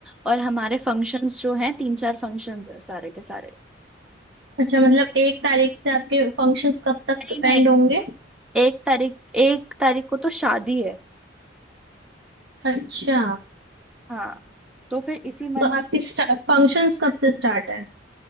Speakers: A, in the centre; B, on the right.
A: और हमारे फंक्शंस जो हैं तीन चार फंक्शंस है सारे के सारे
B: अच्छा मतलब एक तारीख से आपके फंक्शंस कब तक
A: नहीं
B: एंड
A: नहीं
B: होंगे
A: एक तारीख एक तारीख को तो शादी है
B: अच्छा
A: हाँ तो फिर इसी मंथ
B: तो आपकी फंक्शंस कब से स्टार्ट है